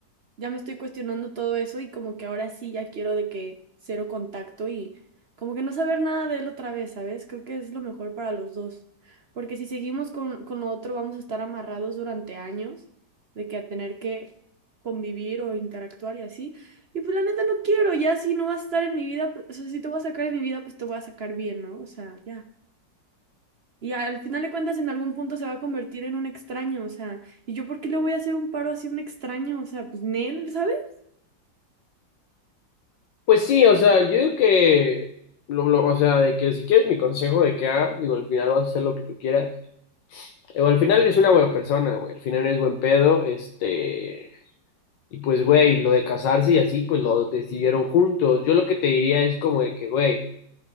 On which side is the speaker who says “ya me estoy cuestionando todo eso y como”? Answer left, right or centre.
Right